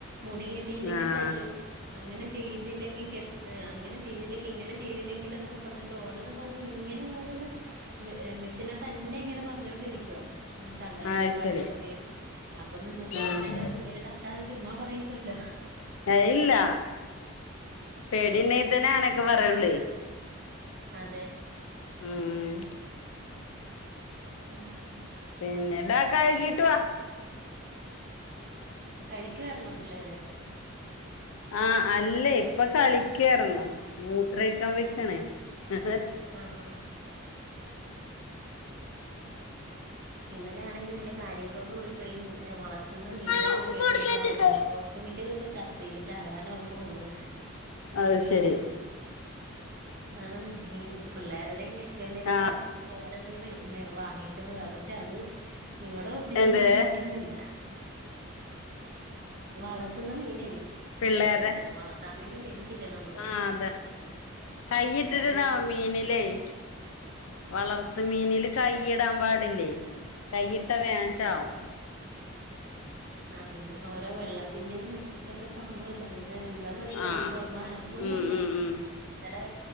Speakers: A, on the right; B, on the left.
A: മുടി കെട്ടീല്ലേങ്കി
B: ആഹ്
A: തല്ലും അങ്ങനെ ചെയ്തില്ലെങ്കി കെ ഏഹ് അങ്ങന ചെയ്തില്ലെങ്കി ഇങ്ങനെ ചെയ്തില്ലെങ്കില്ന്നൊകെ പർഞ്ഞോണ്ട് ഓരോന്ന് പർഞ്ഞ് ഇങ്ങനെ ഓരോന്ന് മ് ഏഹ് മിസ്സിനെ തന്നെ ഇങ്ങനെ പറഞ്ഞോണ്ടിരിക്കുവ. മിസ്സങ്ങനെ ചെയ്താ
B: അത്
A: വഴക്ക്
B: ശരി
A: പറയും അപ്പം കൊച്ചിനങ്ങനെ.
B: ആഹ്
A: പേടി തട്ടാതെ ചുമ്മാ പറയില്ലല്ലോ?
B: അയില്ല. പേടിണ്ടങ്കി തന്നെ അങ്ങനൊക്കെ പറയൊള്ളേ.
A: അതെ.
B: ഉം
A: അയ്യൊ
B: പിന്നെ ബേ കഴുകീട്ട്വാ.
A: കഴിക്കുവാരുന്നോ പിള്ളേര്?
B: ആഹ് അല്ലേ ഇപ്പ കളിക്കാറ്ന്നു മൂത്രൊയ്ക്കാൻ പൊയ്കാണേയ് <unintelligible>
A: ആഹാ ഇന്നലെ ആണെങ്കി വല്ല്യ കാര്യത്തോട് കൂടി പോയി വളത്തുന്ന മീൻനെ
B: ഇങ്ങള്
A: പോയി മേടിച്ച്
B: കൊടുക്കരുത്ട്ടോ
A: കൊണ്ട് വന്ന <unintelligible> അമിക്കത് ഇപ്പ ചത്ത് ഇനി ചാകൻ ഒരണ്ണവൊള്ള്
B: അഹ് ശരി
A: ആന്നേ ഈ പിള്ളാരിടെം കെട്ട്യോന്റെ ഒക്കെ
B: ആഹ്
A: താല്പര്യം പ്രകാരം പോയി വാങ്ങിക്കുന്നതാ പഷെ അത് ഇവടെ ഒത്തിരി
B: എന്ത്
A: ഇങ്ങനെ നിക്കുന്നില്ല വളത്തുന്ന മീനേയ്
B: പിള്ളേരുടെ
A: വളത്താൻ വേണ്ടി മേടിക്കില്ലേ നമ്മള്
B: ആഹ് അതെ കൈയിട്ടിട്ട്ണ്ടാവും
A: അത്
B: മീനിലേയ് വളർത്ത് മീനില് കൈയ്യിടാൻ പാടില്ലേയ് കൈയിട്ട വേം ചാവും
A: ആഹ് പിന്നെ ഈ ഓരോ വെള്ളത്തിന്റെം ഇതൊക്കെ കാണ്വോല്ലേ ഇത് എന്താന്നറീല്ല
B: ആഹ്
A: അതിപ്പൊ ഒര്ണ്ണം അനക്കോന്നുല്ല
B: ഉം ഉം ഉം
A: ഇന്നലെ